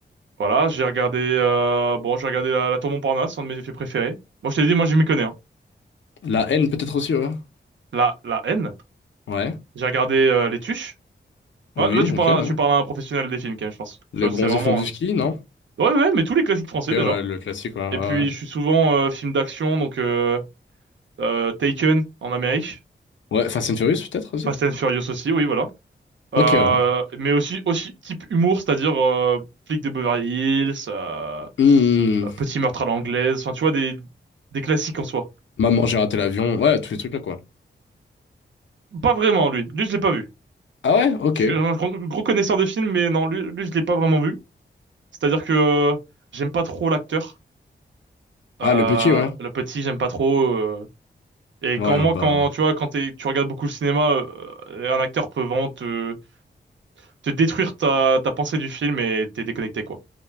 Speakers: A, on the right (about 75°); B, on the left (about 75°).
A: Voilà, j'ai regardé, euh, bon, j'ai regardé La, la Tour Montparnasse, un de mes films préférés. Moi, je t'ai dit, moi, je m'y connais, hein.
B: La haine peut-être aussi, ouais.
A: La, la haine.
B: Ouais.
A: J'ai regardé euh, Les Tuches. Ouais,
B: Oui,
A: là, tu parles
B: ok. ouais.
A: à, tu parles à un professionnel des films, quand même, je pense.
B: Les
A: Tu vois,
B: bronzés
A: c'est vraiment...
B: font du
A: euh,
B: ski, non?
A: Ouais, ouais, mais tous les classiques français,
B: Ok, ouais,
A: déjà.
B: le classique, ouais, ouais.
A: Et puis,
B: Ouais,
A: je suis souvent euh, film d'action, donc euh, euh, Taken, en Amérique.
B: Ouais, Fast and Furious peut-être aussi?
A: Fast and Furious aussi, oui, voilà. Euh,
B: Ok, ouais.
A: mais aussi, aussi type humour, c'est-à-dire euh, Flic de Beverly Hills, euh,
B: Hmm.
A: euh, Petit meurtre à l'anglaise, enfin, tu vois, des, des classiques en soi.
B: Maman, j'ai raté l'avion. Ouais, tous les trucs là quoi.
A: Pas vraiment, lui. Lui, je l'ai pas vu.
B: Ah ouais, ok.
A: Je suis un gros, gros connaisseur de films, mais non, lui, lui je l'ai pas vraiment vu. C'est-à-dire que euh, j'aime pas trop l'acteur. Euh,
B: Ah le petit, ouais.
A: le petit, j'aime pas trop. euh. Et
B: Ouais,
A: quand moi,
B: bah.
A: quand tu vois, quand t'es- tu regardes beaucoup le cinéma, euh, un acteur peut vraiment te, te détruire ta, ta pensée du film et t'es déconnecté, quoi.